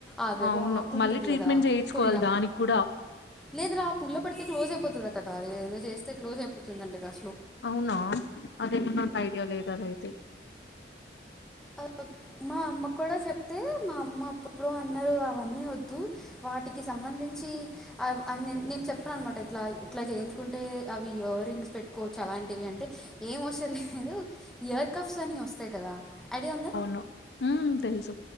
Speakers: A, in the centre; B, on the left.
A: అవివో
B: అవును
A: ఆకుంటుది
B: మళ్ళీ ట్రీట్మెంట్
A: కదా
B: చేయించుకోవాలి
A: పుల్లా
B: దానికి కూడా
A: లేదు రా పుల పడితే క్లోజ్ అయిపోతుందట కాదు ఏదో చేస్తే క్లోజ్ అయిపోతుందంట కా
B: అవునా అదేమ నాకు ఐడియా లేదు అదయితే
A: ఆ, మా అమ్మ కూడా చెప్తే మా అమ్మ అప్పుప్పుడు అన్నారు అవన్నీ వద్దు వాటికి సంబంధించి అ నేను చెప్ాను అనమాట ఇట్లా ఇట్లా చేయించుకుంటే అవి ఇయర్ రింగ్స్ పెట్టుకోవచ్చు అలాంటివి అంటే ఏం వస లేదు ఇయర్ కఫ్స్ అని వస్తాయి కదా ఐడియా ఉంద
B: ను ఉ తెలుసు